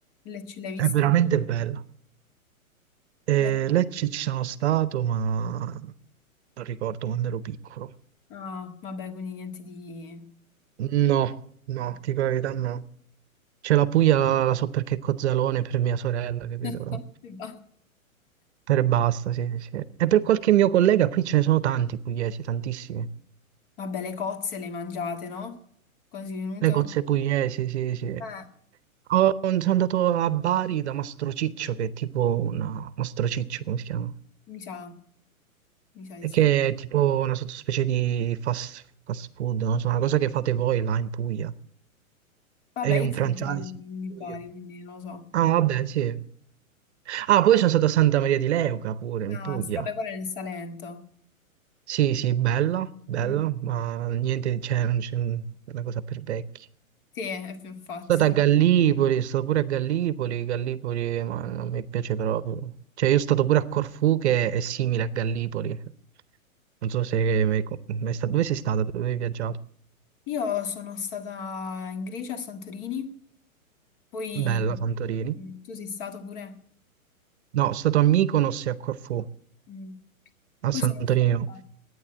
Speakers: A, on the left; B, on the right.
A: Le ce l'hai viste?
B: È veramente
A: invece?
B: bella. Eh,
A: Le-
B: Lecce ci sono stato, ma non ricordo quando ero piccolo.
A: Ah, vabbè, quindi niente di...
B: No, no,
A: Mm.
B: ti dico la verità, no. C'è la Puglia, la so perché è Cozzalone per mia sorella, capito?
A: <laughs> E basta.
B: Per e basta, sì, sì. E per qualche mio collega qui ce ne sono tanti pugliesi, tantissimi.
A: Vabbè, le cozze le hai mangiate, no? Quasi venuto?
B: Le cozze pugliesi, sì, sì.
A: Eh,
B: Ho- sono andato a Bari da Mastrociccio, che è tipo una... Mastrociccio, come si chiama?
A: mi sa, mi sa di
B: E
A: sì.
B: che è tipo una sottospecie di fast, fast food, non so, una cosa che fate voi là in Puglia.
A: Vabbè,
B: È
A: io
B: un
A: sono
B: franchise.
A: di Taranto,
B: in
A: non di Bari,
B: Puglia.
A: quindi non lo so.
B: Ah, vabbè, sì. Ah, poi sono stato a Santa Maria di Leuca pure, in
A: Ah,
B: Puglia.
A: sì, vabbè, quello è nel Salento.
B: Sì, sì, bella, bella,
A: Mm.
B: ma niente, cioè, non c'è un- una cosa per vecchi.
A: Sì, è più infatti.
B: Sono
A: sono-
B: stato a Gallipoli, sono stato pure a Gallipoli, Gallipoli, ma non mi piace proprio. Cioè, io sono stato pure a Corfù che è simile a Gallipoli. Non so se... mi- mi sta- Dove sei stato? Dove hai viaggiato?
A: Io sono stata in Grecia, a Santorini. Poi
B: Bella, Santorini.
A: mm, tu sei stato pure?
B: No, sono stato a Mykonos e a Corfù.
A: Mm.
B: A
A: Poi
B: Santorini
A: sono stata,
B: no.